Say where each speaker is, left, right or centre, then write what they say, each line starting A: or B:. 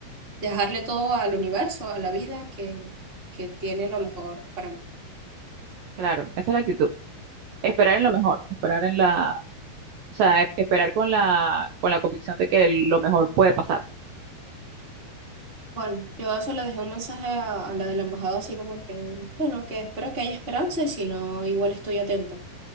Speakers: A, on the right; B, on the right.
A: dejarle todo al universo, a la vida que, que tiene lo mejor para mí.
B: claro, esa es la actitud, esperar en lo mejor, esperar en la, o sea, e- esperar con la, con la convicción de que lo mejor puede pasar,
A: Bueno, yo eso le dejé un mensaje a, a la de la embajada, así como que, bueno, que espero que haya esperanza y si no, igual estoy atenta.